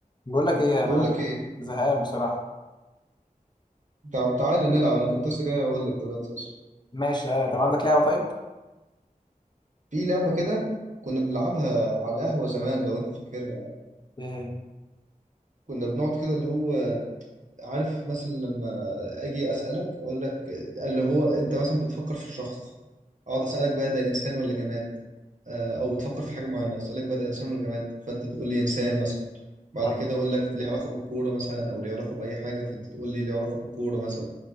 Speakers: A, on the left; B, on the right.
A: بقول لك ايه
B: بقول
A: انا
B: لك ايه
A: زهقان بصراحه
B: طب تعالى نلعب انا كنت لسه جاي اقول لك دلوقتي اصلا
A: ماشي آه، طب عندك لعبه طيب
B: في لعبه كده كنا بنلعبها على القهوه زمان لو انت فاكرها
A: <laughs> ايه هي
B: كنا بنقعد كده اللي هو عارف مثلا لما اجي اسالك اقول لك اللي هو انت مثلا بتفكر في الشخص اقعد اسالك بقى ده انسان ولا جماد آه، او بتفكر في حاجه معينه اسالك بقى ده انسان ولا جماد فانت تقول لي انسان مثلا بعد
A: اه
B: كده اقول لك ليه علاقه بالكوره مثلا او ليه علاقه باي حاجه فانت تقول لي ليه علاقه بالكوره مثلا